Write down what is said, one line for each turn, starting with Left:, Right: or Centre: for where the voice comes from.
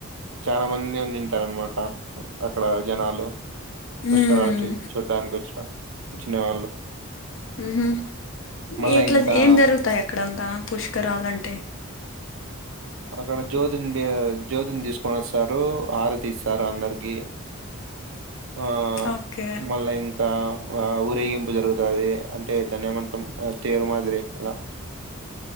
Right: చాలా మంది ఉన్నిటారు అనమాట అక్కడ జనాలు పుష్కరాల
Left: మ్మ్
Right: చూడ్డానికి వచ్చినం వచ్చిన వాళ్ళు
Left: ఉహుమ్
Right: మళ్ళా
Left: ఎట్లా
Right: ఇంకా
Left: ఏం జరుగుతాయి అక్కడంతా పుష్కరాలంటే
Right: అక్కడ జ్యోతిని బ జ్యోతిని తీసుకొని వస్తారు హారతి తీస్తారు అందరికి ఆ
Left: ఓకే
Right: మళ్ళా ఇంకా ఆ ఊరేగింపు జరుగుతది అంటే ధన్యమంతం తీరు మాదిరి అలా